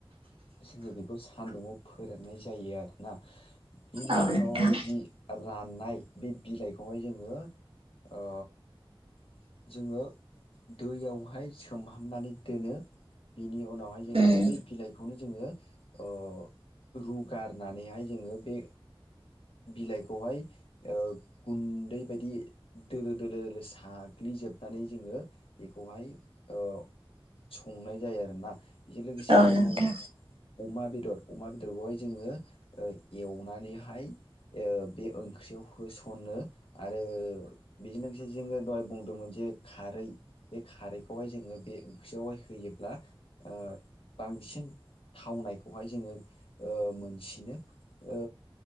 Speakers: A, on the left (about 80°); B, on the right (about 80°).
A: जोङो बेखौ सान्दुंङाव फोराननाय जायो आरोना बिनि
B: औ नोंथां
A: उनावहाय जि राननाय बे बिलाइखौहाय जोङो ओ जोङो दैयावहाय सोमहामनानै दोनो। बिनि उनावहाय जोङो
B: उम
A: बै बिलाइखौनो जोङो ओ रुगारनानैहाय जोङो बे बिलाइखौहाय ओ गुन्दै बायदि दोलो दोलो दोलो साग्लि जोबनानै जोङो बेखौहाय ओ संनाय जायो आरोना। बेजों लोगोसे
B: औ नोंथां
A: जोङो अमा बेदर अमा बेदरखौहाय जोङो एवनानैहाय ओ बे ओंख्रियाव होसनो आरो बेजों लोगोसे जोङो दहाय बुंदोंमोन जे खारै बे खारैखौहाय जोङो बे ओंख्रियावहाय होयोब्ला ओ बांसिन थावनायखौहाय जोङो मोनसिनो ओ